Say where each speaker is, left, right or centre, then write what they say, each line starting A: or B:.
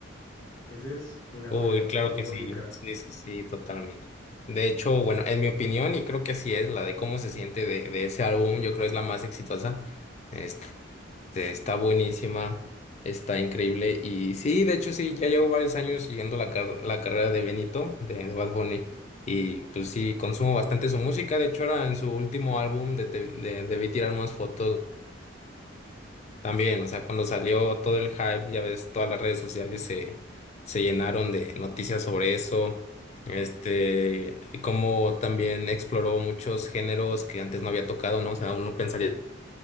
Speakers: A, on the left (about 85°); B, on the left (about 35°).
A: ese es una
B: Uy,
A: joya, no
B: claro
A: sé si
B: que
A: lo
B: sí,
A: ubicas.
B: sí, sí, sí, totalmente. De hecho, bueno, en mi opinión, y creo que sí es la de cómo se siente de, de ese álbum, yo creo es la más exitosa. Este, está buenísima, está increíble. Y sí, de hecho, sí, ya llevo varios años siguiendo la, car- la carrera de Benito, de, de Bad Bunny. Y pues sí, consumo bastante su música. De hecho, ahora en su último álbum de, Te- de Debí tirar más fotos También, o sea, cuando salió todo el hype, ya ves, todas las redes sociales se, se llenaron de noticias sobre eso. Este, como también exploró muchos géneros que antes no había tocado, ¿no? O sea, uno pensaría